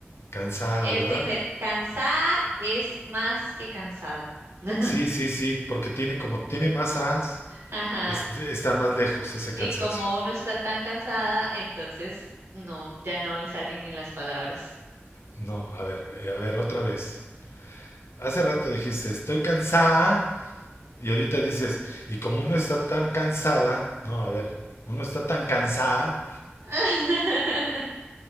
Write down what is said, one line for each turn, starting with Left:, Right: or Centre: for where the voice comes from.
Left: Cansada,
Right: Es
Left: ¿verdad?
Right: diferente. Cansada es más que cansada. <laughs>
Left: Sí, sí, sí, porque tiene como tiene más as,
Right: Ajá.
Left: es, está más lejos ese
Right: Y
Left: cansancio.
Right: como uno está tan cansada, entonces no, ya no le salen ni las palabras.
Left: No, a ver, eh, a ver, otra vez. Hace rato dijiste, estoy cansada, y ahorita dices, y como uno está tan cansada, no, a ver, uno está tan cansada.
Right: <laughs>